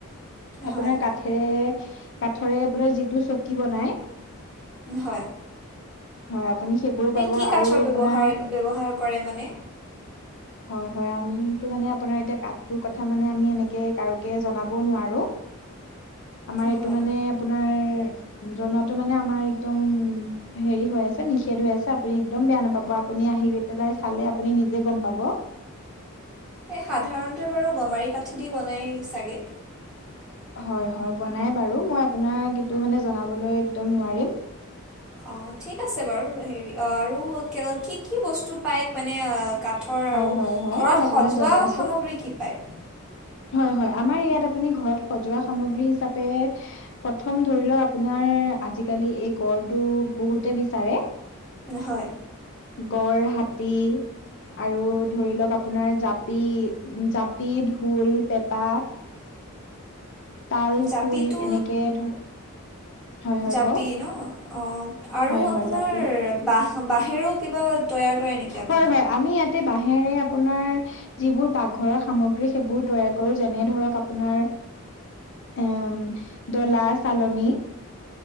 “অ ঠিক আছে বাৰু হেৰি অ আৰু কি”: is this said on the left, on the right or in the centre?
Centre